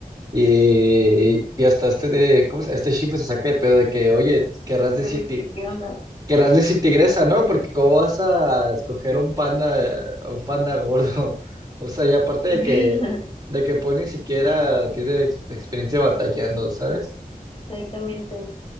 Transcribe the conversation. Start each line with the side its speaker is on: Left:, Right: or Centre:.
Right: Y, y hasta este de, ¿cómo se- Este Shifu se saca de pedo de que, oye, querrás decir
Left: Entonces,
Right: ti-
Left: ¿qué, qué onda?
Right: querrás decir tigresa, ¿no? Porque cómo vas a escoger un panda, a un panda gordo. <laughs> O sea, y aparte de
Left: <laughs>
Right: que, de que pues ni siquiera tiene ex- experiencia batallando, ¿sabes?
Left: Exactamente.